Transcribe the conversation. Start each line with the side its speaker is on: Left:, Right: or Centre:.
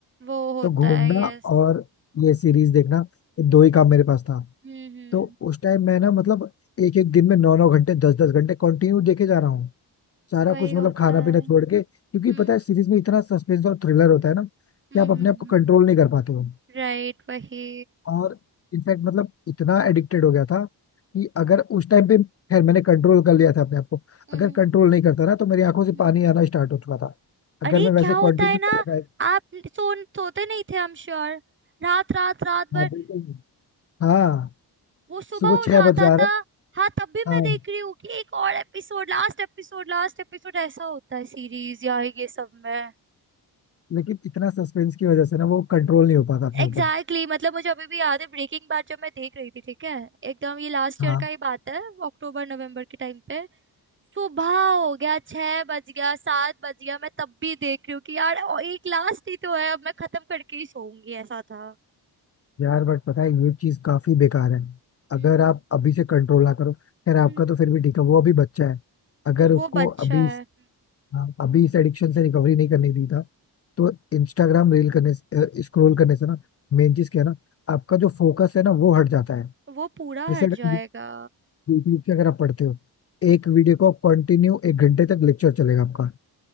Right: वो होता
Left: तो घूमना
Right: है यस
Left: और ये सीरीज देखना ये दो ही काम मेरे पास था
Right: हम्म हम्म
Left: तो उस टाइम मैं ना मतलब एक एक दिन में नौ नौ घंटे दस दस घंटे कंटिन्यू देखे जा रहा हूँ सारा
Right: वही
Left: कुछ
Right: होता
Left: मतलब खाना
Right: है
Left: पीना छोड़ के क्योंकि
Right: हम्म
Left: पता है सीरीज में इतना सस्पेंस और थ्रिलर होता है ना कि
Right: हम्म
Left: आप अपने आप को
Right: हम्म
Left: कंट्रोल नहीं कर पाते हो
Right: राइट वही
Left: और इनफैक्ट मतलब इतना एडिक्टेड हो गया था कि अगर उस टाइम पे खैर मैंने कंट्रोल कर लिया था अपने आप को
Right: हम्म
Left: अगर कंट्रोल नहीं करता ना तो मेरी आंखों से
Right: हम्म।
Left: पानी आना स्टार्ट हो चुका था अगर
Right: अरे
Left: मैं वैसे
Right: क्या होता
Left: कंटिन्यू
Right: है ना
Left: कर रहा
Right: आप सो सोते नहीं थे आई एम श्योर रात रात रात भर
Left: हाँ बिल्कुल हाँ
Right: वो सुबह
Left: सुबह
Right: हो
Left: छह
Right: जाता
Left: बज जा
Right: था
Left: रहा है
Right: हाँ तब भी
Left: हाँ
Right: मैं देख रही हूँ कि एक और episode last episode last episode ऐसा होता है सीरीज या ये सब में
Left: लेकिन इतना सस्पेंस की वजह से ना वो कंट्रोल नहीं हो पाता अपने
Right: एग्जैक्टली
Left: ऊपर
Right: exactly, मतलब मुझे अभी भी याद है ब्रेकिंग बैड जब मैं देख रही थी ठीक है एकदम ये लास्ट
Left: हाँ
Right: ईयर का ही बात है अक्टूबर नवंबर के टाइम पे सुबह हो गया छह बज गया सात बज गया मैं तब भी देख रही हूँ कि यार और एक लास्ट ही तो है अब मैं खत्म करके ही सोऊंगी ऐसा था
Left: यार बट पता है ये चीज काफी बेकार है अगर
Right: हम्म
Left: आप अभी से कंट्रोल ना करो खैर आपका
Right: हम्म।
Left: तो फिर भी ठीक है वो अभी बच्चा है अगर
Right: उस-
Left: उसको
Right: वो बच्चा
Left: अभी
Right: है हम्म,
Left: हाँ, अभी इस एडिक्शन से रिकवरी नहीं करने दी था तो इंस्टाग्राम रील करने से स्क्रॉल करने से ना मेन चीज क्या है ना आपका जो फोकस है ना वो हट जाता है
Right: वो पूरा
Left: जैसे
Right: हट
Left: अगर
Right: जाएगा
Left: यूट्यूब से अगर आप पढ़ते हो एक वीडियो को कंटिन्यू एक घंटे तक लेक्चर चलेगा आपका